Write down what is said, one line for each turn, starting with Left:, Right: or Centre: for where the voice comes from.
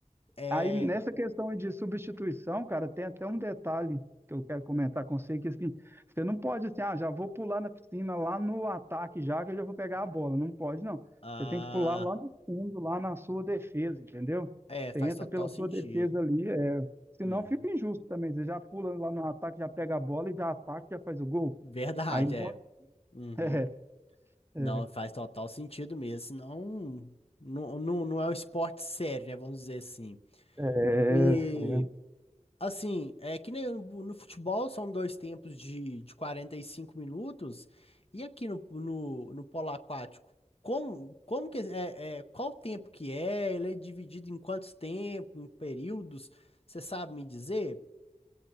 Left: É,
Right: Aí nessa questão de substituição, cara, tem até um detalhe que eu quero comentar com você, que assim, você não pode assim, ah, já vou pular na piscina lá no ataque já que eu já vou pegar a bola. Não pode, não.
Left: ah,
Right: Você tem que pular lá no fundo, lá na sua defesa, entendeu?
Left: é,
Right: Você
Left: faz
Right: entra
Left: total
Right: pela
Left: sentido.
Right: sua defesa ali, é... senão
Left: Uhum.
Right: fica injusto também. Você já pula lá no ataque, já pega a bola e já ataca, já faz o gol.
Left: Verdade,
Right: Aí não pode.
Left: é. Uhum.
Right: <laughs> É,
Left: Não, faz total sentido mesmo. Senão, não, não, não é um esporte sério, né? Vamos dizer assim.
Right: é, é,
Left: E
Right: é.
Left: assim, é que nem no, no futebol são dois tempos de, de 45 minutos, e aqui no, no, no polo aquático, como, como que é, é- é, qual o tempo que é? Ele é dividido em quantos tempos, em períodos? Você sabe me dizer?